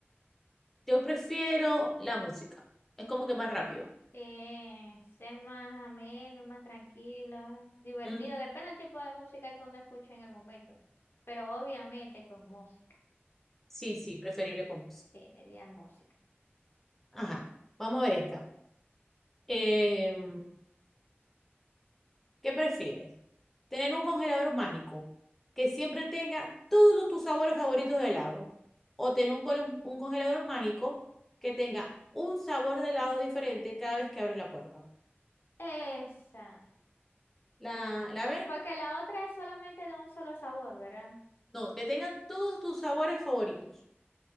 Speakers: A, in the centre; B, on the left (about 65°).
A: yo prefiero la música. Es como que más rápido.
B: Eh, Sí, es más ameno, más tranquilo, divertido.
A: Ujú.
B: Depende del tipo de música que uno escuche en el momento. Pero obviamente con música.
A: Sí, sí, preferible con música.
B: Sí, le di al música.
A: Ajá. Vamos a ver esta. Em, ¿Qué prefieres? ¿Tener un congelador mágico que siempre tenga todos los- tus sabores favoritos de helado? ¿O tener un, col- un congelador mágico que tenga un sabor de helado diferente cada vez que abres la puerta?
B: Esa.
A: ¿La, la ves?
B: Porque la otra es solamente de un solo sabor, ¿verdad?
A: No, que tengan todos tus sabores favoritos.